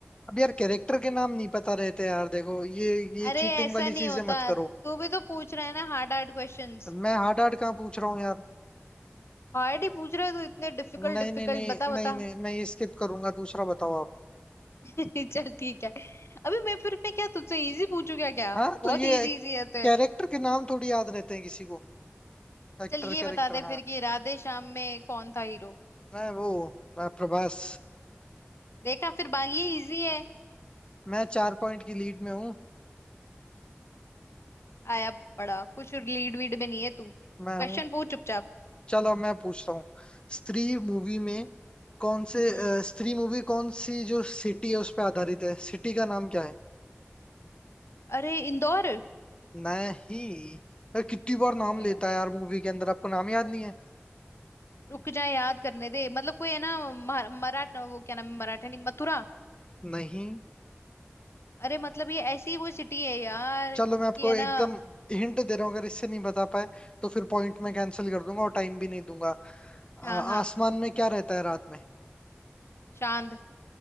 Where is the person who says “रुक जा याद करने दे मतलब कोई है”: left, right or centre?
Left